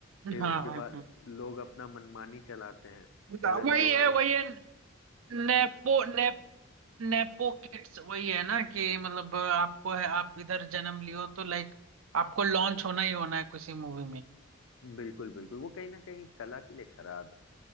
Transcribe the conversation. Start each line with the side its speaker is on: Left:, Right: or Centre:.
Left: फिर
Right: हाँ
Left: उसके
Right: हाँ
Left: बाद
Right: हाँ।
Left: लोग अपना मनमानी चलाते हैं
Right: ना,
Left: करण
Right: वही
Left: जौहर
Right: है
Left: हो
Right: वही है नेपो ने, नेपो किड्स वही है ना कि मतलब आपको है आप इधर जन्म लियो तो लाइक आपको लॉन्च होना ही होना है किसी मूवी में
Left: बिल्कुल बिल्कुल वो कहीं ना कहीं कला के लिए खराब है